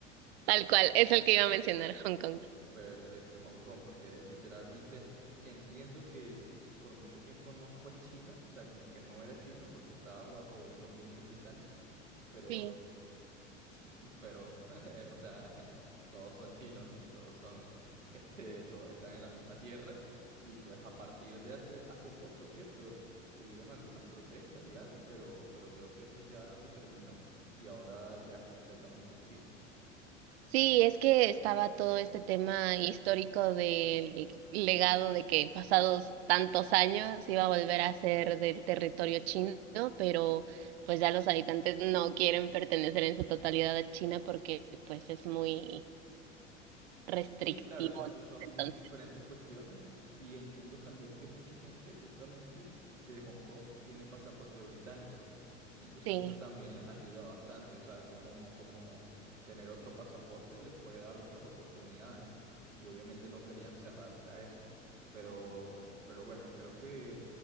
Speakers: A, on the right (about 55°); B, on the right (about 80°).
A: Tal cual, es el que iba a mencionar, Hong Kong.
B: Perfecto, Hong Kong, porque literalmente entiendo que por mucho tiempo no fue China, o sea, como que no era China porque estaba bajo dominio británico pero
A: Sí.
B: <laughs> pero, <laughs> o sea, <laughs> todos son chinos y todos son, <laughs> este, todos están en la misma tierra. Y pues a partir de hace, hace poco, ¿cierto? Hubieron algunas protestas y algo, pero, pero creo que eso ya se terminó y ahora ya es completamente chino.
A: Sí, es que estaba todo este tema histórico del legado de que pasados tantos años iba a volver a ser del territorio chino, pero pues ya los habitantes no quieren pertenecer en su totalidad a China porque pues es muy restrictivo.
B: Sí, claro, son,
A: ¿no?
B: son
A: Entonces,
B: diferentes cuestiones y entiendo también que mucha gente justamente de Hong Kong tiene pasaporte británico. Entonces
A: sí,
B: eso también les ayuda bastante, o sea, como, como tener otro pasaporte les puede dar otras oportunidades y obviamente no querían cerrarse a eso. Pero, pero bueno, creo que